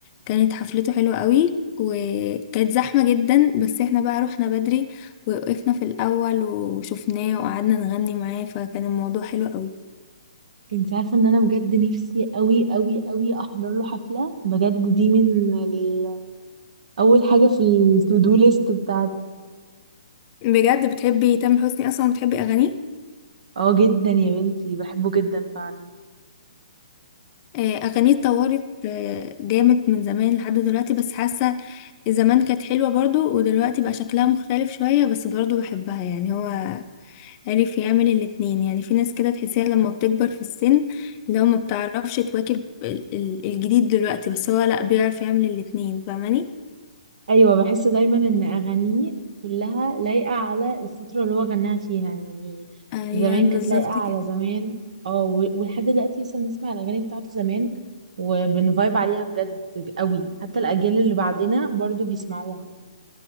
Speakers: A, on the left; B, on the right.
A: كانت حفلته حلوة قوي وكانت زحمة جدا بس احنا بقى رحنا بدري ووقفنا في الاول وشفناه وقعدنا نغني معاه فكان الموضوع حلو قوي
B: انت عارفه ان انا بجد نفسي قوي قوي قوي احضر له حفله بجد دي من ال... اول حاجه في التو دو ليست بتاعتي
A: بجد بتحبي تامر حسني اصلا بتحبي اغانيه
B: اه جدا يا بنتي بحبه جدا فعلا
A: آه، اغانيه اتطورت آه، جامد من زمان لحد دلوقتي بس حاسة زمان كانت حلوة برضو ودلوقتي بقى شكلها مختلف شوية بس برضو بحبها يعني هو عرف يعمل الاتنين يعني في ناس كده تحسيها لما بتكبر في السن اللي هو ما بتعرفش تواكب ال- ال- الجديد دلوقتي بس هو لا بيعرف يعمل الاتنين فاهماني
B: ايوه بحس دايما ان اغانيه كلها لايقه على الفتره اللي هو غناها فيها يعني
A: ايوه
B: زمان كانت
A: بالظبط
B: لايقه على
A: كده
B: زمان اه و- ولحد دلوقتي لسه بنسمع الاغاني بتاعته زمان وبنفايب عليها بجد قوي حتى الاجيال اللي بعدنا برضو بيسمعوها